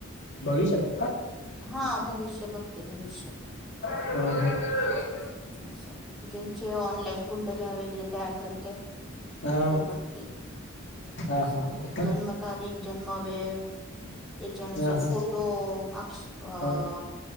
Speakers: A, on the left (about 60°); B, in the centre.
A: भविष्य ब
B: हा भविष्य बघते भविष्य
A: ह ह
B: असं ज्यांचे ऑनलाईन कुंडल्या वगैरे तयार करते.
A: ह
B: ते बघते
A: हा
B: असं,
A: हा हो का
B: जन्मतारीख जन्म वेळ त्याच्यानुसार
A: ह हा
B: फोटो अक्ष अ
A: ह